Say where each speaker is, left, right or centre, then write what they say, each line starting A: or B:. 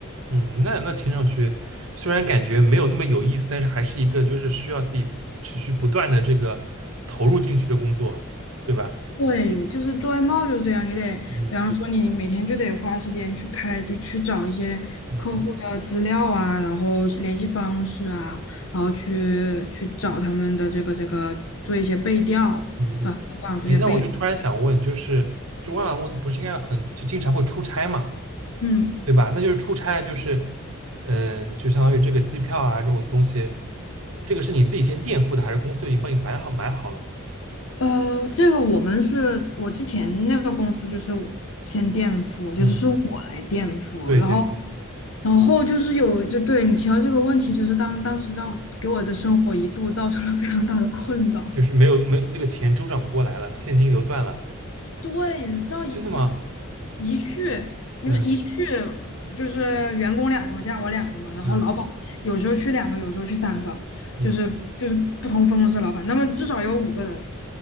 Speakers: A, on the right; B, on the left.
A: 嗯，那那听上去虽然感觉没有那么有意思，但是还是一个就是需要自己持续不断的这个投入进去的工作，对吧？
B: 对，就是做外贸就是这样，你得，
A: 嗯
B: 比方说你每天就得花时间去开，就去找一些客户的资料啊，
A: 嗯
B: 然后联系方式啊，然后去去找他们的这个这个做一些背调，
A: 嗯嗯。
B: 找他们的官网做一些背，
A: 诶，那我就突然想问，就是就外贸公司不是应该很就经常会出差嘛，
B: 嗯，
A: 对吧？那就是出差就是嗯、就相当于这个机票啊这种东西，这个是你自己先垫付的，还是公司就已经帮你摆好买好了？
B: 呃，这个我们是我之前那个公司就是先垫付，就是是我来垫付，
A: 嗯，对对对，
B: 然后然后就是有就对你提到这个问题，就是当当时让给我的生活一度造成了非常大的困扰。
A: 就是没有没那个钱周转不过来了，现金流断了，
B: 对，你知道一一
A: 真的吗？
B: 一去，你们一去
A: 嗯。
B: 就是员工两个嘛，加我两个嘛，然后老板有时候去两个，
A: 嗯
B: 有时候去三个，
A: 嗯，
B: 就是就是不同分公司的老板，那么至少有五个人。